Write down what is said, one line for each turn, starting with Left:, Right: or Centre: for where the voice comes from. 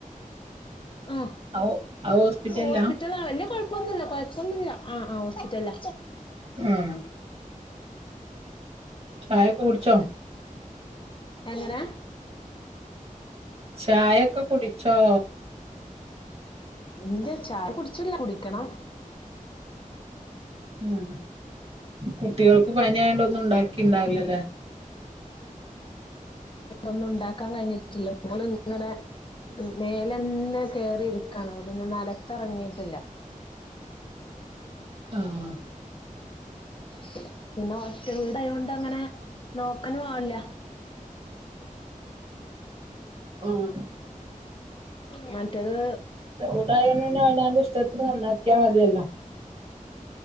Left: ആ
Right: ഔ അത് ഹോസ്പിറ്റലിലാ
Left: ഹോസ്പിറ്റ റ്റല വലിയ കൊഴപ്പൊന്നുല്ല കൊഴപ്പൊന്നുല്ല ആഹ് ആഹ് ഓസ്പിറ്റല.
Right: ഉം ചായൊക്കെ കുടിച്ചോ
Left: <inaudible> എങ്ങനാ
Right: ചായൊക്കെ കുടിച്ചോ
Left: എന്റെ ചായ കുടിച്ചില്ല കുടിക്കണം
Right: ഉ കുട്ടികൾക്ക് പനി ആയണ്ട ഒന്നും ഉണ്ടാക്കിണ്ടാവില്ല
Left: ഒന്നും ഉണ്ടാക്കാൻ കഴിഞ്ഞിട്ടില്ല <unintelligible> ഇങ്ങനെ മേലന്നെ കേറി ഇരിക്കാണ് അവിട്ന്ന് നെലത്തറങ്ങീട്ടില്ല.
Right: ആഹ്.
Left: ന്നെ പിന്നെ ഒറ്റ വീടായോണ്ടങ്ങനെ നോക്കനു ആൾല്ല.
Right: ഒഹ്
Left: <inaudible> മറ്റത്
Right: കൂടായാൽന്നെ അവനാൻ്റിഷ്ടത്തിൻ നന്നാക്കിയ മതിയല്ലോ.